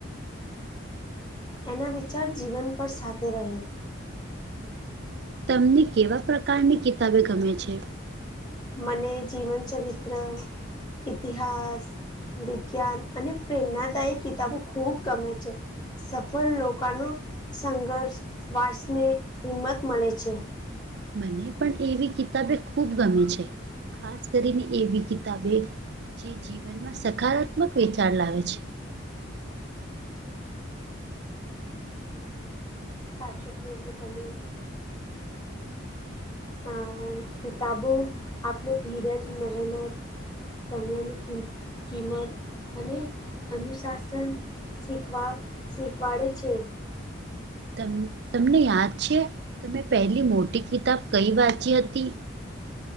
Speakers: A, on the left; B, on the right.
A: એના વિચાર જીવન પર સાથે રહે.
B: તમને કેવા પ્રકારની કિતાબે ગમે છે?
A: મને જીવનચરિત્ર ઇતિહાસ. વિજ્ઞાન અને પ્રેરણાદાયીક કિતાબો ખૂબ ગમે છે. સફળ લોકાનો સંઘર્ષ વાચીને હિંમત મળે છે.
B: મને પણ એવી કિતાબે ખૂબ ગમે છે. ખાસ કરીને એવી કિતાબે જે જીવનમાં સકારાત્મક વિચાર લાવે છે.
A: સાચુ કેયો છો તમે હા કિતાબો આપને ધીરજ મહેનત સમયની કિ કિંમત અને અનુશાસન શીખવા શીખવાડે છે.
B: ત તમને યાદ છે તમે પહેલી મોટી કિતાબ કઈ વાંચી હતી.